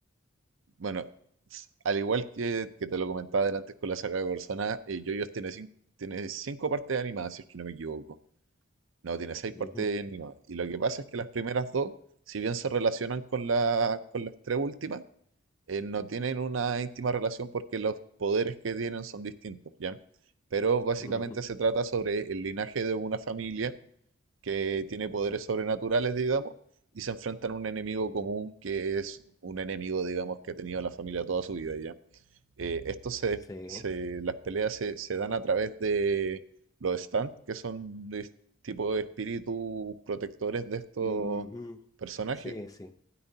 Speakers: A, on the right (about 80°); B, on the left (about 15°).
A: bueno, s- al igual que, que te lo comentaba antes con la saga de Persona, eh, JoJo's tiene, cin- tiene cinco partes animadas, si es que no me equivoco. No, tiene seis
B: Ujú,
A: partes animadas. Y lo que pasa es que las primeras dos, si bien se relacionan con, la, con las tres últimas, eh, no tienen una íntima relación porque los poderes que tienen son distintos, ¿ya? Pero básicamente
B: ujú,
A: se trata sobre el linaje de una familia que tiene poderes sobrenaturales, digamos, y se enfrentan a un enemigo común que es un enemigo, digamos, que ha tenido la familia toda su vida ya. Eh, esto se,
B: Sí.
A: se- las peleas se, se dan a través de los stand, que son de tipo de espíritus protectores de estos
B: ujú,
A: personajes.
B: Sí, sí.